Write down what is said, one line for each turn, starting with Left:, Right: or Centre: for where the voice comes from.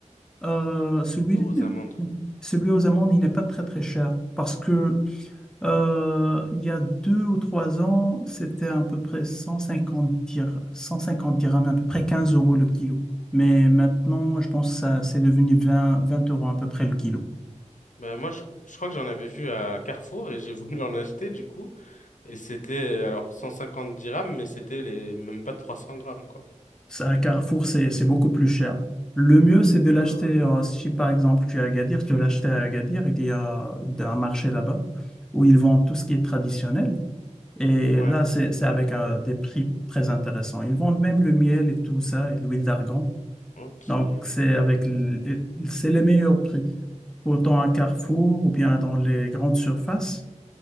Centre: euh, celui-là,
Left: aux
Centre: n'est-
Left: amandes.
Centre: celui aux amendes, il n'est pas très très cher parce que euh, il y a deux ou trois ans, c'était à peu près 150 dir- 150 dirhams, à peu près 15 euros le kilo. Mais maintenant, je pense que ça, c'est devenu 20 20 euros à peu près le kilo.
Left: Bah, moi, je, je crois que j'en avais vu à Carrefour et j'ai <laughs> voulu en acheter du coup. Et c'était euh, alors 150 dirhams, mais c'était les même pas 300 grammes, quoi.
Centre: C'est un Carrefour, c'est c'est beaucoup plus cher. Le mieux, c'est de
Left: Ah,
Centre: l'acheter, euh, si par exemple tu es à Agadir, tu veux l'acheter à Agadir, il y a un marché là-bas où ils vendent tout ce qui est traditionnel. Et
Left: ouais,
Centre: là, c'est c'est avec euh, des prix très intéressants. Ils vendent même le miel et tout ça, et l'huile d'argan.
Left: ok.
Centre: Donc, c'est avec l- et c'est les meilleurs prix. Autant à Carrefour ou bien dans les grandes surfaces,